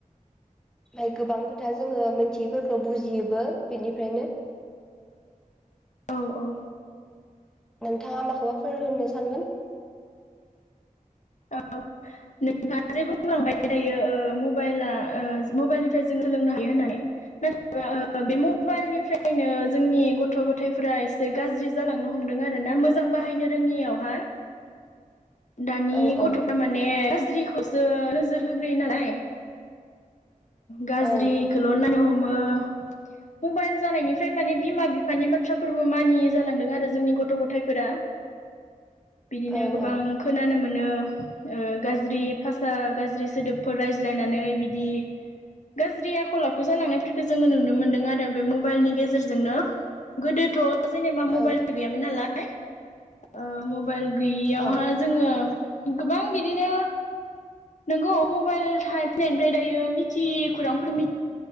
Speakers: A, in the centre; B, on the left.
A: ओमफ्राय गोबां खोथा जोङो मोनथियैफोरखौ बुजियोबो बेनिफ्रायनो
B: औ औ
A: नोंथाङा माखौबा फोरों होननो सानगोन।
B: औ नोंथाङा जे बुंलांबाय दायो मबाइला मबाइलनिफ्राय जों सोलोंनो हायो होननानै नाथायबा बे मबाइलनिफ्रायनो जोंनि गथ' गथायाइफ्रा एसे गाज्रि जालांनो हमदों आरो ना मोजां बाहायनो रोङियावहाय दानि
A: औ
B: गथ'फ्रा
A: औ
B: माने गाज्रि नोजोर होग्रोयो नालाय गाज्रिखौल'
A: ओं
B: नायनो हमो मबाइल जानायनिफ्राय ओमफ्राय माने बिमा बिफानि बाथ्रा फोरबो मानियै जालांदों आरो जोंनि गथ' गथायफोरा बिदिनो
A: ओं
B: गोबां
A: ओं
B: खोनानो मोनो। गाज्रि भाषा गाज्रि सोदोबफोर रायज्लायनानै बिदि गाज्रि आखल आखु जालांनायफोरखौ जोङो नुनो मोनदों आरो बे मबाइलनि गेजेरजोंनो गोदोथ' जेनेबा मबाइलबो
A: औ
B: गैयामोन नालाय ओ मबाइल मबाइल गैयियावहा
A: औ
B: जोङो गोबां बिदिनो नोंगौ मबाइल थानायनायनिफ्राय दायो मिथि खौरांफोर